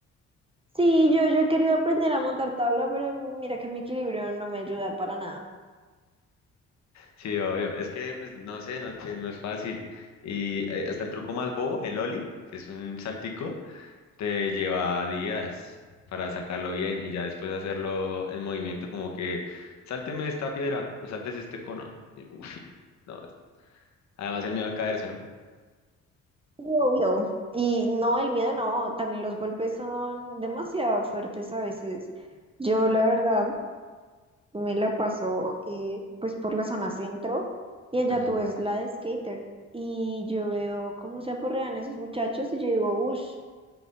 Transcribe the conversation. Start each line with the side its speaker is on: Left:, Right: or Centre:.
Right: Sí, yo, yo he querido aprender a montar tabla, pero mira que mi equilibrio no me ayuda para nada.
Left: Sí, obvio, es que pues, no sé, no, eh, no es fácil. Y eh, hasta el truco más bobo, el ollie, que es un saltico, te lleva días para sacarlo bien y ya después hacerlo en movimiento, como que sálteme esta piedra o saltes este cono. Y, uf, no, además el miedo a caerse, ¿no?
Right: Sí, obvio. Y no, el miedo no, también los golpes son demasiado fuertes a veces. Yo la verdad me la paso eh, pues por la zona centro y allá
Left: <laughs> Ujú.
Right: tú ves la de skater y yo veo cómo se aporrean esos muchachos y yo digo, uff,